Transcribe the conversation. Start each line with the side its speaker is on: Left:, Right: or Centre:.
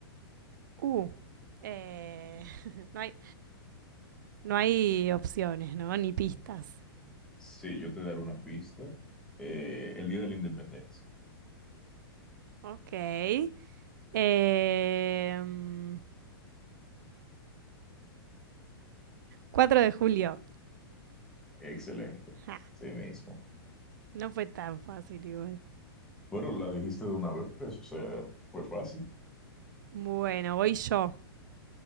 Right: Uh. eh, <laughs> no, hay, no hay opciones, ¿no? Ni pistas.
Centre: Sí, yo te daré una pista. Eh, el Día de la Independencia.
Right: Ok. Em, 4 de julio.
Centre: Excelente,
Right: Ja,
Centre: sí mismo.
Right: no fue tan fácil igual.
Centre: Bueno, la dijiste de una vez, o sea, fue fácil.
Right: Bueno, voy yo.